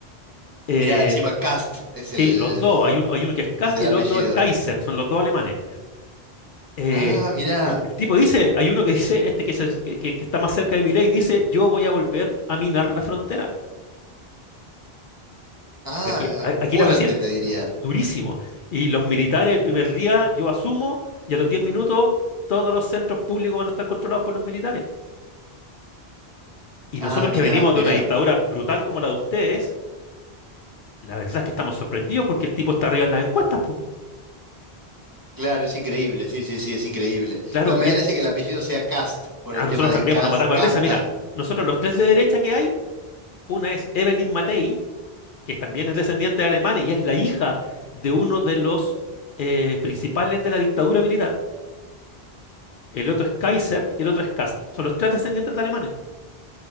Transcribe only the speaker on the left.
eh,
sí,
los dos, hay, un- hay uno que es Kast
y el
otro es Kaiser, son los dos alemanes. Eh,
el, el tipo dice, hay uno que dice, este que, se- que- que- que está más cerca de Milei, dice, yo voy a volver a minar la frontera.
Aquí,
a- aquí
la presidenta,
durísimo. Y los militares el primer día, yo asumo, y a los 10 minutos todos los centros públicos van a estar controlados por los militares. Y
nosotros
que venimos
de una dictadura brutal como la de ustedes, la verdad es que estamos sorprendidos porque el tipo está arriba en las encuestas, pues.
Claro,
y
a,
a
nosotros
también
pues, nos matamos
de risa. Mira, nosotros los tres de derecha que hay, una es Evelyn Matei, que también es descendiente de alemanes y es la hija de uno de los eh, principales de la dictadura militar. el otro es Kaiser y el otro es Kast. Son los tres descendientes de alemanes.